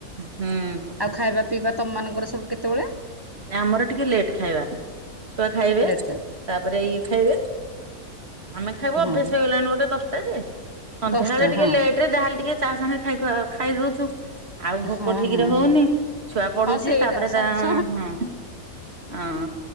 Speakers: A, on the right; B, on the right.
A: ହୁଁ
B: ଆଉ ଖାଇବା ପିଇବା ତମମାନଙ୍କର ସବୁ କେତେବେଳେ?
A: ଆମର ଟିକେ ଲେଟ୍ ଖାଇବା, ଛୁଆ ଖାଇବେ
B: ଲେଟ୍ ଖାଇବା?
A: ତାପରେ ଇଏ ଖାଇବେ ଆମେ ଖାଇବା
B: ହଁ
A: ଅଭ୍ୟାସ
B: ହଁ
A: ହେଇଗଲାଣି ନଅଟା ଦଶଟା ଯେ ସନ୍ଧ୍ୟାବେଳେ
B: ଦଶଟା
A: ଟିକେ
B: ହଁ
A: ଲେଟ୍ ରେ ଯାହାହେଲେ ଟିକେ ଚା ସାଙ୍ଗେ ଖାଇ ଖୁଆ ଖାଇଦଉଛୁ। ଆଉ ଭୋକ
B: ହଁ
A: ଠିକରେ
B: ହଁ
A: ହଉନି,
B: ହଁ
A: ଛୁଆ ପଢୁଛି
B: ହଁ ସେଇଟା
A: ତାପରେ
B: ସସ
A: ତା, ହଁ। ହଁ